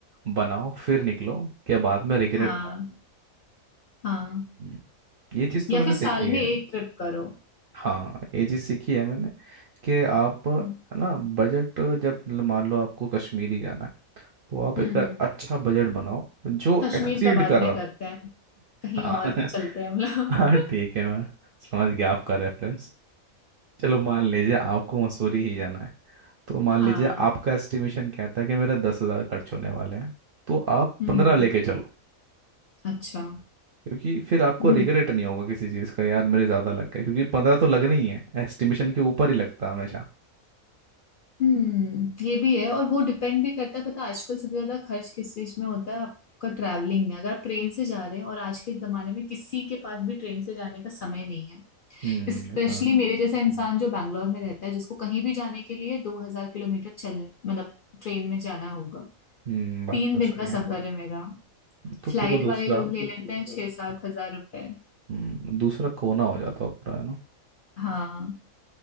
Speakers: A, on the right (about 55°); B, on the left (about 60°).
A: बनाओ फिर निकलो क्या बाद में रिग्रेट
B: हाँ
A: ना हो
B: हाँ
A: हम्म, ये चीज़ तो
B: या
A: मैंने
B: फिर साल
A: सीखी
B: में
A: है
B: एक ट्रिप करो
A: हाँ ये चीज़ सीखी है मैंने कि आप है
B: हम्म
A: ना बजट जब मान लो आपको कश्मीर ही जाना है तो आप
B: हम्म
A: एक अच्छा
B: हम्म।
A: बजट बनाओ जो
B: कश्मीर
A: एक्सीड
B: का बात
A: कर
B: नहीं
A: रहा
B: करते हैं कहीं
A: हाँ
B: और
A: <laughs>
B: चलते हैं मतलब
A: हाँ ठीक है मैं समझ गया आपका रेफरेंस चलो मान लीजिए आपको मसूरी ही जाना है तो मान
B: <laughs>
A: लीजिए
B: हाँ
A: आपका एस्टिमेशन कहता है कि मेरा दस हजार खर्च होने वाले हैं तो आप
B: हम्म
A: पंद्रह लेके चलो
B: अच्छा
A: क्योंकि फिर आपको
B: हम्म
A: रिग्रेट नहीं होगा किसी चीज़ का यार मेरे ज़्यादा लग गए क्योंकि पंद्रह तो लगने ही है एस्टिमेशन के ऊपर ही लगता है हमेशा
B: हम्म ये भी है और वो डिपेंड भी करता है पता है आजकल सबसे ज्यादा खर्च किस चीज में होता है आपका ट्रैवलिंग में अगर आप ट्रेन से जा रहे हैं और आज के जमाने में किसी के पास भी ट्रेन से जाने का समय नहीं है
A: हम्म
B: स्पेशली
A: ये तो है।
B: मेरे जैसा इंसान जो बैंगलोर में रहता है जिसको कहीं भी जाने के लिए दो हजार किलोमीटर चल मतलब ट्रेन में जाना होगा
A: हम्म बात
B: तीन
A: तो
B: दिन
A: सही
B: का
A: है
B: सफर है मेरा
A: तो
B: फ्लाइट
A: पूरा दूसरा
B: वाले लोग ले लेते हैं छह सात हजार रुपए
A: हम्म दूसरा कोना हो जाता है पूरा है ना
B: हाँ